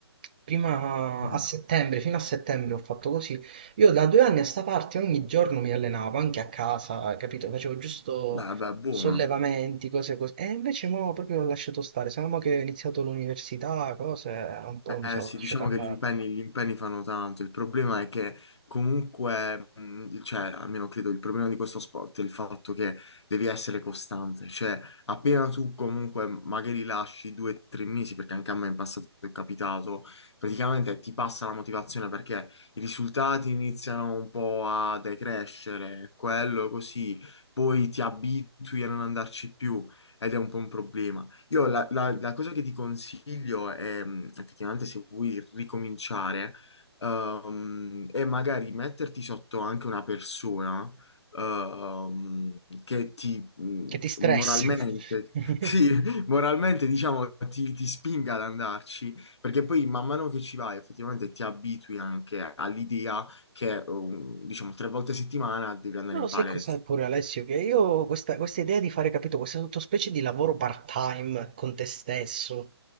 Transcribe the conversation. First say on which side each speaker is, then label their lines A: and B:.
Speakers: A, on the right; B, on the left.
A: prima
B: mm,
A: a settembre, fino a settembre ho fatto così, io da due anni a sta parte ogni giorno mi allenavo, anche a casa, capito? Facevo giusto
B: beh, beh, buono.
A: sollevamenti, cose così. E invece mo proprio ho lasciato stare, se no mo che ho iniziato l'università, cose, un po' mi
B: Eh
A: sono
B: sì,
A: lasciato
B: diciamo
A: andare.
B: che gli impegni, gli impegni fanno tanto, il problema è che comunque, mh, cioè almeno credo il problema di questo sport è il fatto che devi essere costante, cioè appena tu comunque magari lasci due o tre mesi, perché anche a me in passato è capitato, praticamente ti passa la motivazione perché i risultati iniziano un po' a decrescere, quello così, poi ti abitui a non andarci più ed è un po' un problema. Io la, la- la cosa che ti consiglio è, mh, effettivamente, se vuoi ricominciare, ehm, è magari metterti sotto anche una persona, ehm, che ti, mh,
A: Che ti stressi.
B: moralmente,
A: <laughs>
B: <laughs> sì, moralmente, diciamo, ti, ti spinga ad andarci, perché poi man mano che ci vai, effettivamente ti abitui anche all'idea che, um, diciamo, tre volte a settimana devi andare
A: Non
B: in
A: lo
B: palestra.
A: sai cos'è pure Alessio, che io questa, questa idea di fare, capito, questa sottospecie di lavoro part-time con te stesso